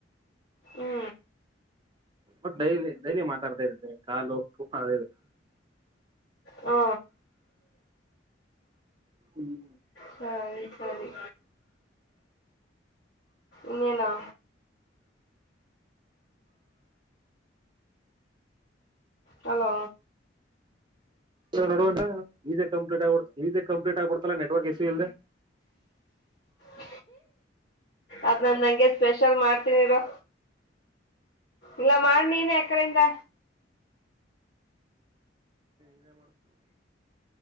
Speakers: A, on the left; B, on the right.
A: ಹ್ಞೂ
B: ಬಟ್ ಡೈಲಿ ಡೈಲಿ ಮಾತಾಡ್ತಾ ಇರ್ತೀವಿ ಕಾಲು ಅದು
A: ಹೂ
B: ಹ್ಮ್
A: ಸರಿ ಸರಿ ಇನೇನು ಹಲೋ
B: <unintelligible> ಕಂಪ್ಲೀಟ್ ಆಗ್ಬಡ್ತಲ್ಲಾ ನೆಟ್ವರ್ಕ್ ಇಶ್ಯೂ ಇಲ್ದೆ
A: <inaudible> ಅದ್ನ ನಂಗೆ ಸ್ಪೆಷಲ್ ಮಾಡ್ತೀನಿರು ಇಲ್ಲ ಮಾಡ ನೀನ್ ಆ ಕಡೆ ಇಂದ
B: <unintelligible>